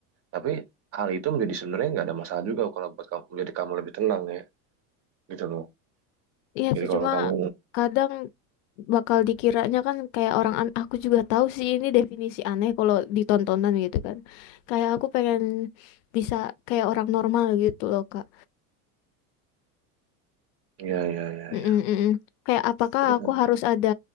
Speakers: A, on the right (about 30°); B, on the left (about 65°).
A: tapi hal itu menjadi sebenarnya nggak ada masalah juga kalau buat kamu menjadi kamu lebih tenang ya gitu loh
B: Iya
A: jadi
B: sih
A: kalau
B: cuma
A: kamu
B: kadang bakal dikiranya kan kayak orang an aku juga tahu sih ini definisi aneh kalau ditontonan gitu kan. Kayak aku pengen bisa kayak orang normal gitu loh Kak.
A: ya ya ya
B: Mm-mm,
A: ya
B: mm-mm. Kayak apakah
A: jadi
B: aku
A: kan,
B: harus ada